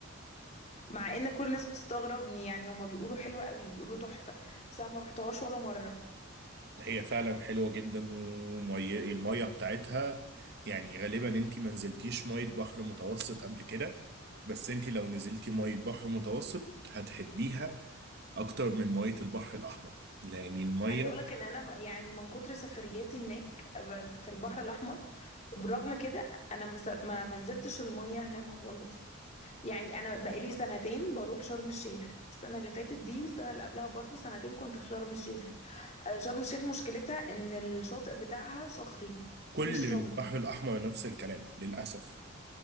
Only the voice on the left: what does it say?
مع ان كل الناس بتستغربني يعني هما بيقولوا حلوة قوي بيقولوا تحفة بس انا ما روحتهاش ولا مرة
عايزة اقولك ان انا يعني من كتر سفرياتي هناك ب- في البحر الاحمر برغم كده انا مس- ما منزلتش المية هناك خالص يعني انا بقالي سنتين بروح شرم الشيخ السنة اللي فاتت دي والسنة اللي قبلها برضو سنتين كنت في شرم الشيخ آه، شرم الشيخ مشكلتها ان الشاطئ بتاعها صخري
مش رملي